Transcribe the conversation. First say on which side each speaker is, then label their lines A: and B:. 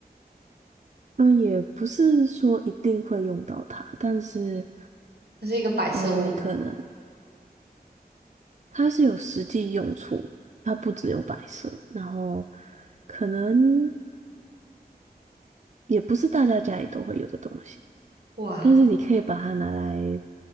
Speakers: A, on the right; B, on the right.
A: 嗯，也不是说一定会用到它，但是，
B: 它是一个摆设物。
A: 呃，你可能它是有实际用处，它不只有摆设，然后可能也不是大家家里都会有的东西，
B: 哇，
A: 但是你可以把它拿来